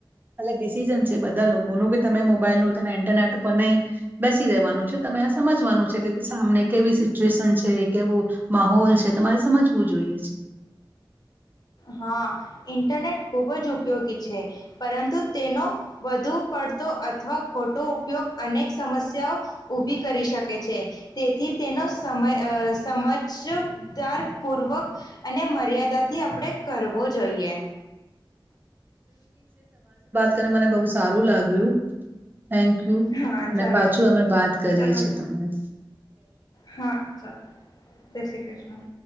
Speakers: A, on the right; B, on the left.
A: અલગ ડિસિઝન છે બધા લોકોનું, કે તમે મોબાઈલનું તમે ઇન્ટરનેટ ઉપર નહી બેસી રહેવાનું છે. તમે આ સમજવાનું છે કે સામને કેવી સિચ્યુએશન છે, કેવો માહોલ છે તમારે સમજવું જોઈએ છે.
B: હા ઇન્ટરનેટ ખુબ જ ઉપયોગી છે પરંતુ તેનો વધુ પડતો અથવા ખોટ ટો ઉપયોગ અનેક સમસ્યાઓ ઊભી કરી શકે છે, તેથી તેનો સમય અહ સમજદારપૂર્વક અને મર્યાદાથી આપણે કરવો જોઈએ.
A: તને મને બહુ સારું લાગ્યું. થેન્ક યુ
B: હા
A: અને
B: ચાલો
A: પાછું અમે બાત કરીએ
B: ચાલો
A: છીએ તમારે.
B: હા ચાલો જય શ્રી ક્રિષ્ના.